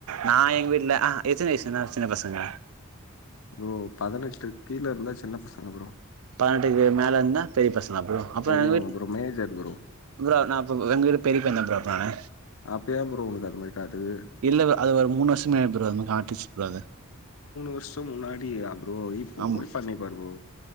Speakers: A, on the right (about 80°); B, on the left (about 70°).
A: நா எங் வீட்ல அ ஹ எத்தன வைஸ் என்னா சின்னப் பசங்க
B: ப்ரோ பதினெட்டுக் கீழ இருந்தா சின்னப் பசங்க ப்ரோ
A: பதினட்டுக்கு மேல இருந்தா பெரிய பசங் அப்பறொ
B: பெரியவங்க
A: எங்க வீட்
B: ப்ரோ. Major bro.
A: ப்ரோ நா அப்ப உங்க விட பெரிய பையந்தா ப்ரோ நானு
B: அப்ப ஏன் ப்ரோ உனக்கு அது மாரி காட்டுது?
A: இல்ல ப்ரோ அது ஒரு மூணு வர்ஷொ முன்னாடி ப்ரோ அது மாரி காட்டிஷ் ப்ரோ அத
B: வருஷம் முன்னாடியா ப்ரோ? இப்போ
A: ஆமா
B: போய் பண்ணிப்பாரு ப்ரோ.